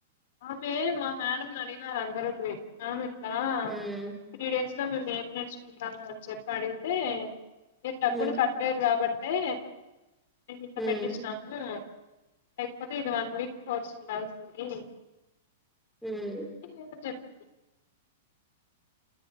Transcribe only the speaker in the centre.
మ్మ్
మ్మ్
మ్మ్
ఉమ్